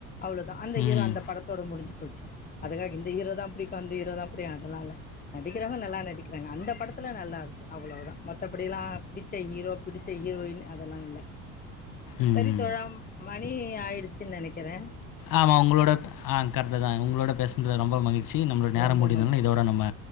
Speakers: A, on the left; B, on the left.
A: அவ்வளதா அந்த
B: ம்.
A: ஹீரோ அந்த படத்தோட முடிஞ்சு போ அதுக்காக இந்த ஹீரோதா புடிக்கு அந்த ஹீரோதா புடி அதெல்லா இல்ல நடிக்கிறங்க நல்லா நடிக்கிறாங்க அந்த படத்துல நல்லாருக்கு அவ்ளவுதா ம மத்தபடியலா பிடிச்ச ஹீரோ பிடிச்ச ஹீரோயின் அதெல்லா இல்ல
B: ம்.
A: சரித்தோழாம் ம நீ ஆயிடுச்சுன்னு நெனைக்கிறே
B: ஆமா உங்களோட ஆ கரெக்ட்டுதா உங்களோட பேசுனது ரொம்ப மகிழ்ச்சி நம்மளட நேர
A: ரொம்ப
B: முடிந்தது இதோட நம்ம